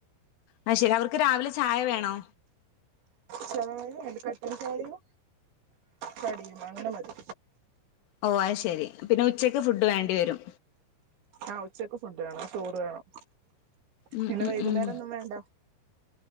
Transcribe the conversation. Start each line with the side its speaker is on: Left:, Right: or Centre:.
Left: ആ ശരി അവർക്ക് രാവിലെ ചായ വേണോ
Right: ചായീം അ കട്ടൻ ചായീം കടിയും അങ്ങനെ മതി
Left: ഓ അത് ശെരി പിന്നെ ഉച്ചക്ക് ഫുഡ് വേണ്ടി വരും
Right: ആ ഉച്ചക്ക് ഫുണ്ട് വേണം ചോറ് വേണം
Left: ഉം
Right: പിന്നെ
Left: ഉം
Right: വൈകുന്നേരം
Left: ഉം
Right: ഒന്നും വേണ്ട